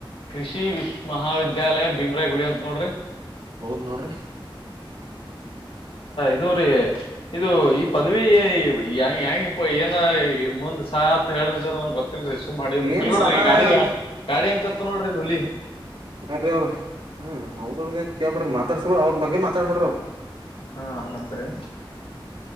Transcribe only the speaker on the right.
ಹೌದ್ ನೋಡ್ರಿ
ಏನ್
ಸಹಾಯ
ಅಂತ
ಯಾರ್ರೀ ಅವ್ರ ಹ ಅವ್ರದ ಏನ್ ಕೇಳ್ಬ್ಯಾಡ್ರ ಮಾತಾಡ್ಸ ಬಿ ಅವ್ರ ಬಗ್ಗೆ ಮಾತಾಡಬ್ಯಾಡ್ರ ಅವ್ರ